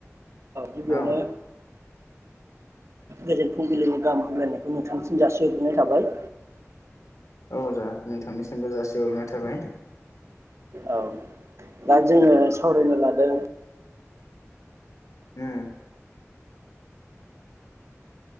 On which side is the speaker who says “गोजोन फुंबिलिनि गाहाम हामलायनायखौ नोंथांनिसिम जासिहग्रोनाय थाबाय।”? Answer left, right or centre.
Right